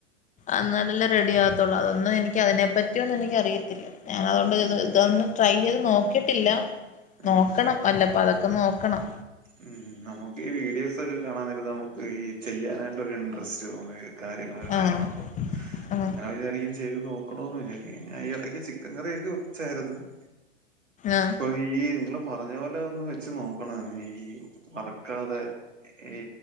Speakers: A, on the left (about 20°); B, on the right (about 85°).
A: അന്നാലെല്ലെ റെഡി ആകത്തുള്ളൂ അതൊന്നും എനിക്ക് അതിനെപ്പറ്റിഒന്നും എനിക്ക് അറിയത്തില്ല ഞാൻ അതോണ്ട്
B: ഉം
A: ഇത് ഇതൊന്നും. ട്രൈ ചെയ്ത് നോക്കിയിട്ടില്ല
B: ഉം
A: നോക്കണം വല്ലപ്പ അതൊക്കെ നോക്കണം.
B: ഉം നമുക്ക് ഈ വീഡിയോസ് ഒക്കെ കാണാൻ നേരത്ത് നമുക്ക് ഈ ചെയ്യാനായിട്ടൊക്കെ ഇൺ. ട്രസ്റ്റ് തോന്ന്ന്ന കാര്യങ്ങളൊക്കെ
A: ആഹ്
B: കാണുമ്പോ.
A: ആഹ്
B: അങ്ങനെ വിജാരിക്കും ചെയ്ത് നോക്കണോന്ന് വിജാരിക്കും ഞാ ഈ എടക്ക് ചിക്കൻ കറിയൊക്കെ വെച്ചായിരുന്നു <inaudible>
A: ആഹ്.
B: ഇപ്പൊ ഈ നിങ്ങള് പറഞ്ഞ പോലെ ഒന്ന് വെച്ച് നോക്കണം ഈ ഈ. ഈ വറക്കാതെ ഈ